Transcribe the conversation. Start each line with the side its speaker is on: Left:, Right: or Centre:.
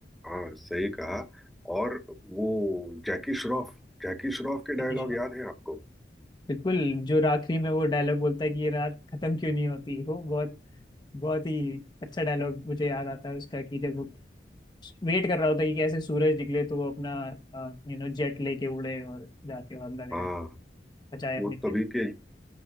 Centre: हाँ सही कहा और वो जैकी श्रॉफ जैकी श्रॉफ के डायलॉग
Left: विकी श्रॉफ
Centre: याद है आपको
Left: बिल्कुल जो आखिरी में वो डायलॉग बोलता है कि ये रात खत्म क्यों नहीं होती वो बहुत बहुत ही अच्छा डायलॉग मुझे याद आता है उसका कि जब वो वेट कर रहा होता है कि कैसे सूरज निकले तो वो अपना यू नो जेट लेके उड़े और जाके हमला
Centre: हाँ
Left: करें बचाए
Centre: वो
Left: अपनी पीठ।
Centre: तभी के